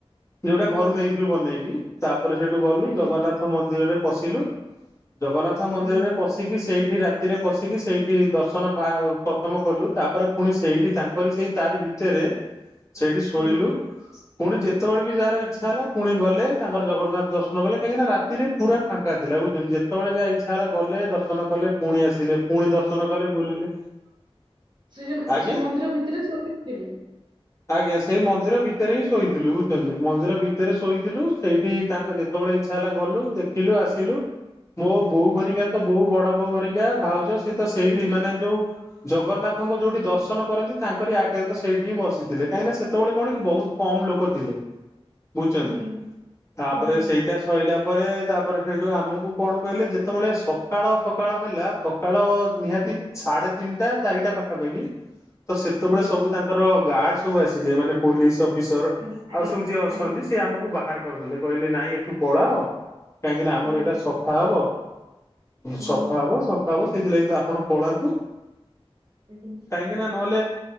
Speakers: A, on the left; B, on the right.
A: ଯୋଉଟା
B: ଆଜ୍ଞା।
A: ଘରୁ ନେଇଥିଲୁ ବନେଇକି, ତାପରେ ସେଇଠୁ ଗଲୁ
B: ଆଜ୍ଞା
A: ଜଗନ୍ନାଥ ମନ୍ଦିରରେ ପଶିଲୁ। ଜଗନ୍ନାଥ ମନ୍ଦିରରେ
B: ଆଜ୍ଞା
A: ପଶିକି ସେଇଠ ସେଠି ରାତିରେ ପଶିକି ସେଇଠି ଦର୍ଶନ ପା ପ୍ରଥମ କଲୁ ତାପରେ ପୁଣି ସେଇଠି ତାଙ୍କରି ସେଇ ତାରି ଭି ଭିତରେ ସେଇଠି ଶୋଇଲୁ।
B: ଆଜ୍ଞା
A: ପୁଣି ଯେତେବେଳେ ବି ଯାହାର ଇଚ୍ଛା ହେଲା ପୁଣି ଗଲେ ତାଙ୍କର ଜଗନ୍ନାଥ ଦର୍ଶନ କଲେ କାହିଁକି ନା ରାତିରେ ପୁରା ଫାଙ୍କା ଥିଲା। ଭାବୁଛନ୍ତି ଯେତେବେଳେ ଯାହା ଇଚ୍ଛା ହେଲା ଗଲେ ଦର୍ଶନ କଲେ ପୁଣି ଆସିଲେ। ପୁଣି ଦର୍ଶନ କଲେ ବୁଲିଲେ
B: ଶ୍ରୀଜଗ,
A: ଆଜ୍ଞା
B: ଶ୍ରୀମନ୍ଦିର ଭିତରେ ଶୋଇପାରିବେ?
A: ଆଜ୍ଞା ସେଇ ମନ୍ଦିର ଭିତରେ ହିଁ ଶୋଇଥିଲୁ। ବୁଝୁଛନ୍ତି ମନ୍ଦିର ଭିତରେ ଶୋଇଥିଲୁ ସେଇଠି ତାଙ୍କ ଯେତେବେଳେ ଇଚ୍ଛା ହେଲା ଗଲୁ, ଦେଖିଲୁ, ଆସିଲୁ। ମୋ ବୋଉ
B: ଆଚ୍ଛା
A: ଘରିକା ତ ବୋଉ ବଡ ବୋଉ ଘରିକା ଭାଉଜ ସେ ତ ସେଇଠି
B: ଆଜ୍ଞା
A: ମାନେ ଯୋଉ ଜଗନ୍ନାଥଙ୍କ ଯୋଉଠୀ ଦର୍ଶନ କରନ୍ତି ତାଙ୍କରି ଆଗରେ ତ ସେଇଠି ହିଁ ବସିଥିଲେ। କାହିଁକିନା ସେତେବେଳେ କଣ କି ବହୁତ କମ ଲୋକ ଥିଲେ। ବୁଝୁଛନ୍ତି,
B: ଆଜ୍ଞା
A: ତାପରେ
B: ଆଜ୍ଞା
A: ସେଇଟା ସରିଲା ପରେ ତାପରେ ସେଇଠୁ ଆମକୁ କଣ କହିଲେ ଯେତେବେଳେ ସକାଳ ସକାଳ ହେଲା ସକାଳ ନିହାତି
B: ଆଜ୍ଞା
A: ସାଢ଼େ ତିନି ଟା ଚାରିଟା ପାଖାପାଖି ତ ସେତେବେଳେ
B: ଆଜ୍ଞା
A: ସବୁ ତାଙ୍କର ଗାର୍ଡ ସବୁ ଆସିଲେ ମାନେ ପୋଲିସ ଅଫିସର
B: ଆଜ୍ଞା
A: ଆଉ
B: ଆଜ୍ଞା ଆଜ୍ଞା।
A: ସବୁ ଯିଏ ଅଛନ୍ତି
B: ଆଜ୍ଞା
A: ସି ଆମକୁ ବାହାର କରିଦେଲେ। କହିଲେ ନାଇଁ ଏଠୁ ପଳାଅ କାହିଁକି ନା ଆମର
B: ଆଜ୍ଞା
A: ଏଇଟା ସଫା ହବ,
B: ଆଜ୍ଞା
A: ସଫା ହବ, ସଫା ହବ ସେଥିଲାଗି ତ ଆପଣ ପଳାନ୍ତୁ
B: ଆଜ୍ଞା
A: କାହିଁକି, ନ ନହେଲେ